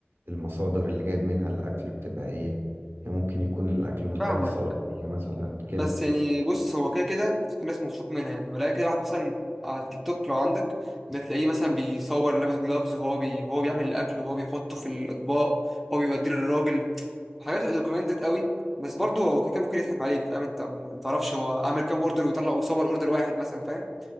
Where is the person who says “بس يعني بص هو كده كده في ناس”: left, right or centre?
Centre